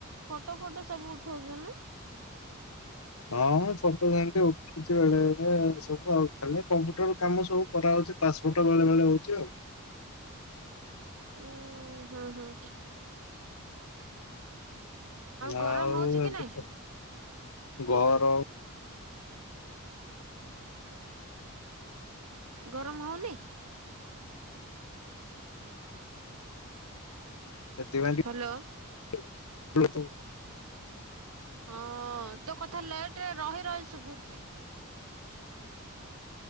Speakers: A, on the right; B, on the left.
A: ଫଟୋ ଫୋଟୋ ସବୁ ଉଠଉଛୁ ନା?
B: ହଁ ମୁ ଫଟୋ ସେମିତି ଉଠଉଛି ବେଳେ ବେଳେ ସବୁ ଆଉ ଖାଲି କମ୍ପୁଟର କାମ ସବୁ କରାହଉଛି ପାସ୍ ଫୋଟ ବେଳେ ବେଳେ ହଉଛି ଆଉ।
A: ଓ ହଁ, ହଁ। ଗରମ
B: ଆଉ
A: ହଉଛି କି
B: ଏବେ
A: ନାଇଁ
B: ତ ଗରମ
A: ଗରମ ହଉନି?
B: <unintelligible>
A: ହ୍ୟାଲୋ ହଁ ତୋ କଥା ଲେଟ ରେ ରହି ରହି ଶୁଭୁଛି।